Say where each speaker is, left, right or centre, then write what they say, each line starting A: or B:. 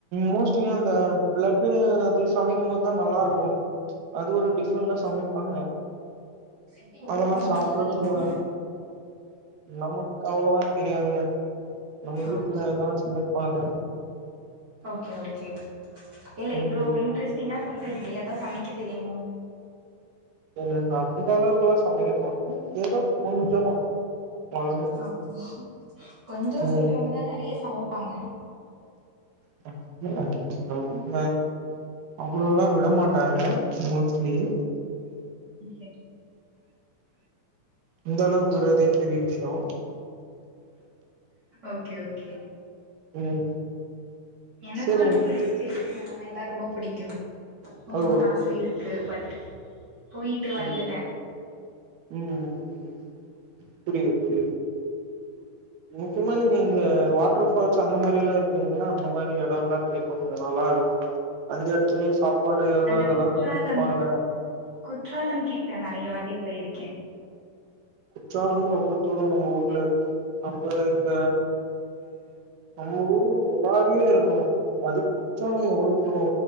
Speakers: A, on the right; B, on the right.
A: மோஸ்ட்லி அந்த ப்ளட்டு அது சமைக்கும்போது தா நல்லாருக்கு அது ஒரு
B: ஓகே
A: டிஃப்ரெண்டா சமைப்பாங்க
B: எப்டி உங்களுக்கு
A: அதெல்லா
B: சமைக்க
A: சாப்புட்றதுக்கு
B: தெரியுமா
A: நமக்கு அவ்ளோவா தெரியாதுங்க நம்ம வீட்லதா
B: ஓகே
A: சமைப்பாங்க
B: ஓகே ஓகே இல்ல
A: ம்
B: இவ்ளோ இன்ட்ரெஸ்ட்டிங்கா சொல்றீங்ளே அதா சமைக்க தெரியுமோ
A: இல்லங்க அந்த அளவுக்குல்லா சமைக்க மாட்டோ ஏதோ கொஞ்சமா அவ்ளோதா
B: அப்ப கொஞ்சோ
A: ம்
B: சொல்றவங்கதா நறைய சமைப்பாங்க
A: <unintelligible> அவ்ளோல்லா விட மாட்டாங்க மோஸ்ட்லி
B: ஓகே
A: இந்தளவுக்கு இருக்கறதே பெரிய விஷ்யோ
B: ஓகே ஓகே
A: ம்
B: எனக்கு
A: சரிங்க
B: அந்த ஹில் ஸ்டேஷன் அந்த மேரிலா ரொம்ப புடிக்கு போணுன்னு
A: ஓ
B: ஆச இருக் கு பட் போயிட்டு
A: கண்டிப்பா
B: வந்துட்டே
A: ம் ம் ம் புரியிது புரியிது முக்கியமா நீங்க இந்த வாட்டர் ஃபால்ஸ் அந்த மாரில்லா இருக்குங்ள அந்த மாரி எடோல்லா ட்ரை பண்ணுங்க நல்லாருக்கு அந்த எடத்துலே சாப்பாடு எல்லா
B: அந்த
A: அதெல்லா
B: குற்றாலம்
A: சமைப்பாங்க
B: குற்றாலம் கிட்ட நறைய வாட்டி போயிருக்கே
A: குற்றாலமும் ரொம்ப தூரோ நம்ம ஊர்லருந்து நம்ப எங்க நம்ம ஊரு முன்னாடியே இருக்கணு அது குற்றாலோ எவ்ளோ தூரோ